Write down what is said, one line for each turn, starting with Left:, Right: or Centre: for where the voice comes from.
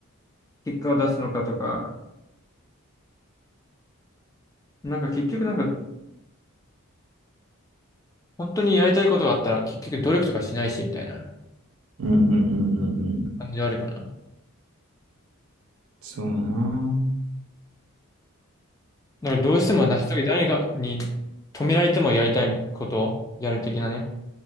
Left: 結果を出すのかとか、なんか結局なんか、本当にやりたいことがあったら結局努力とかしないし、みたいな
Right: うんうんうんうんうん、
Left: 感じはあるかな。
Right: そうなぁ。
Left: なんかどうしても成し遂げ、誰が、に止められてもやりたいことをやる的なね。